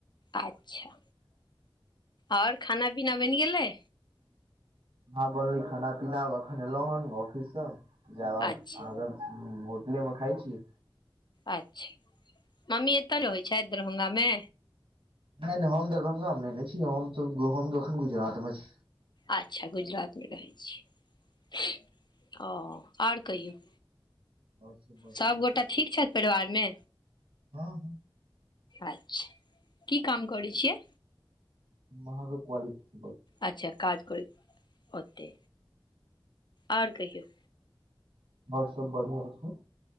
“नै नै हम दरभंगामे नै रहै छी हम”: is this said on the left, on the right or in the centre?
Right